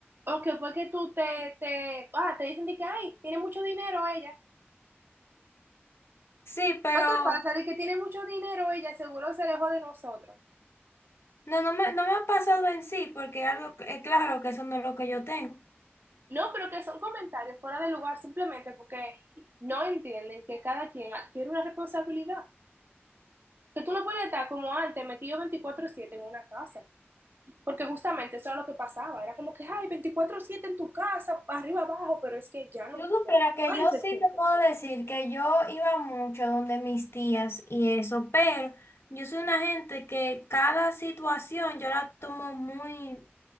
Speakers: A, on the right; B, on the left.
A: O que fue que tú te, te, ah, te dicen de que, ay, tiene mucho dinero ella.
B: Sí, pero
A: ¿No te pasa de que tiene mucho dinero ella? Seguro se alejó de nosotros.
B: no, no me, no me ha pasado en sí, porque algo, es claro que eso no es lo que yo tengo.
A: No, pero que son comentarios fuera de lugar simplemente porque no entienden que cada quien adquiere una responsabilidad. Que tú no puedes estar como antes, metido veinticuatro siete en una casa. Porque justamente eso era lo que pasaba, era como que, ay, veinticuatro siete en tu casa, arriba, abajo, pero es que ya no,
B: Si tú supieras
A: ya no
B: que
A: hay
B: yo
A: ese
B: sí
A: tiempo.
B: te puedo decir que yo iba mucho donde mis tías y eso, pero yo soy una gente que cada situación yo la tomo muy